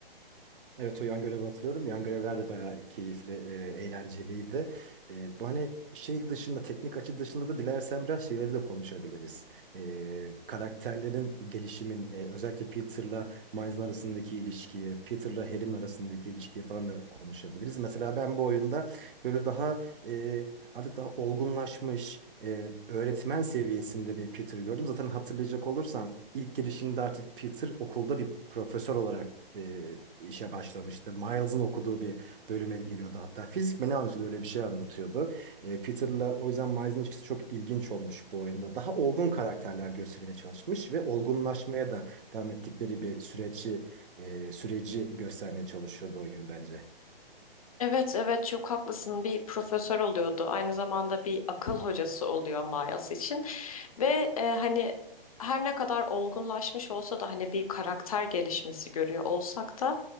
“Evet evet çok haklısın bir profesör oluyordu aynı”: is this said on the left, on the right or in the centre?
Left